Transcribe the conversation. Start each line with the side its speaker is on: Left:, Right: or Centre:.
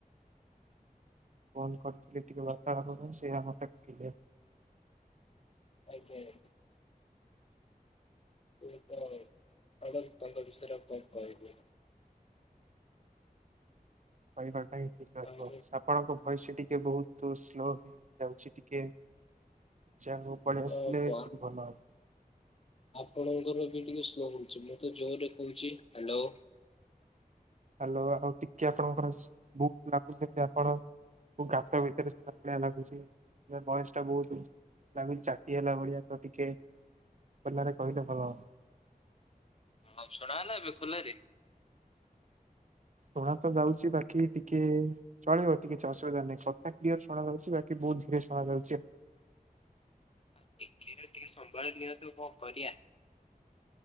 Right: ବନ୍ଦ କରିଥିଲେ ଟିକେ <unintelligible> ସେଇଆ ମତେ କହିଲେ।
Left: <inaudible> ସିଏ ତ ଛାଡ଼ନ୍ତୁ ତାଙ୍କ ବିଷୟରେ ଆଉ କଣ କହିବୁ।
Right: କହିବାଟା ହିଁ ଠିକ ରହିବ।
Left: ଆଉ
Right: ଆପଣଙ୍କ ଭୟସଟା ଟି ବହୁତୁ ସ୍ଲୋ ହେଇ ଯାଉଛି ଟିକେ। ଯାହା ହୋଉ ପଳେଇ
Left: ଅ
Right: ଆସିଲେ
Left: ମ
Right: ଟିକେ ଭଲ ହବ।
Left: ଆପଣଙ୍କର ବି ଟିକେ ସ୍ଲୋ ହୋଉଚି। ମୁଁ ତ ଜୋରେ କୋହୁଚି ହାଲୋ।
Right: ହାଲୋ ଆଉ ଟିକେ ଆପଣଙ୍କର ସ <unintelligible> ଲାଗୁଚି ଯେମିତି ଆପଣ କୋଉ ଗାତ ଭିତରେ ଥିଲା ଭଳିଆ ଲାଗୁଚି। ଭଏସ ଟା ବୋହୁତ୍ ଲାଗୁଚି ଚାଟି ହେଲା ଭଳିଆ ତ ଟିକେ ଖୋଲାରେ କହିଲେ ଭଲ ହବ।
Left: ହଁ ଶୁଣା ହେଲା ଏବେ ଖୋଲାରେ?
Right: ଶୁଣା ତ ଯାଉଚି ବାକି ଟିକେଚଳିବ ଟିକେ କିଛି ଅସୁବିଧା ନାହିଁ। କଥା କ୍ଳିଅର ଶୁଣା ଯାଉଚି ବାକି ହୁତ୍ ଧୀରେ ଶୁଣାଯାଉଚି।
Left: ଆ ଟିକେ ତ ଟିକେ ସମ୍ଭାଳି ନିଅନ୍ତୁ କଣ କରିଆ।